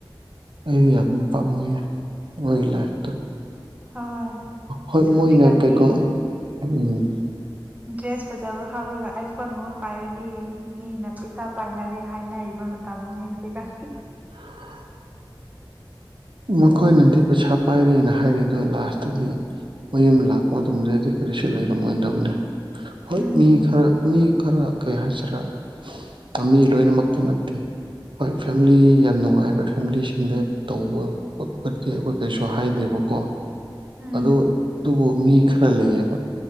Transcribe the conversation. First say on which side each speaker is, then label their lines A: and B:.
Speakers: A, on the right; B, on the right.
A: ꯑꯩꯗꯤ ꯌꯥꯝ ꯄꯥꯝꯃꯨꯏꯌꯦ ꯃꯣꯏꯒꯤ ꯂꯥꯏꯐꯇꯣ
B: ꯍꯣꯏ
A: ꯍꯣꯏ
B: ꯑꯁ
A: ꯃꯣꯏꯅ
B: ꯍꯧꯖꯤꯛꯀꯥꯟꯗꯤ
A: ꯀꯩꯀꯣ ꯎꯝ
B: ꯗ꯭ꯔꯦꯁ ꯐꯖꯕ ꯍꯥꯞꯔꯨꯒ ꯑꯥꯏꯐꯣꯟ ꯒꯨꯝꯕ ꯄꯥꯏꯔꯗꯤ ꯃꯤꯅ ꯄꯩꯁꯥ ꯄꯥꯏꯅꯔꯦ ꯍꯥꯏꯅꯔꯤ ꯕ ꯃꯇꯝꯅꯤꯅꯦ ꯍꯧꯖꯤꯛ ꯀꯥꯟꯁꯤ
A: <unintelligible> ꯃꯈꯣꯏꯅꯗꯤ ꯄꯩꯁꯥ ꯄꯥꯏꯔꯦꯅ ꯍꯥꯏꯔꯤꯗꯣ ꯂꯥꯁꯇꯗꯤ ꯃꯌꯨꯝ ꯂꯥꯛꯄ ꯃꯇꯝꯗꯨꯗꯗꯤ ꯀꯔꯤꯁꯨ ꯂꯩꯔꯝꯃꯣꯏꯗꯕꯅꯦ ꯍꯣꯏ
B: ꯎꯝ
A: ꯃꯤ ꯈꯔ ꯃꯤ ꯈꯔ ꯀꯩ ꯍꯥꯏꯁꯤꯔ ꯑ ꯃꯤ ꯂꯣꯏꯅꯃꯛꯇꯤ ꯅꯠ ꯇꯦ ꯍꯣꯏ ꯐꯦꯃꯤꯂꯤ ꯌꯥꯝ ꯅꯨꯡꯉꯥꯏꯕ ꯐꯦꯃꯤꯂꯤꯁꯤꯡꯗ ꯇꯧꯕ ꯄꯣꯠ ꯑꯣꯏꯔꯗꯤ ꯑꯩꯈꯣꯏ ꯀꯩꯁꯨ ꯍꯥꯏꯗꯦꯕꯀꯣ
B: ꯎꯝ
A: ꯑꯗꯨ ꯑꯗꯨꯕꯨ ꯃꯤ ꯈꯔ ꯂꯩꯌꯦꯕ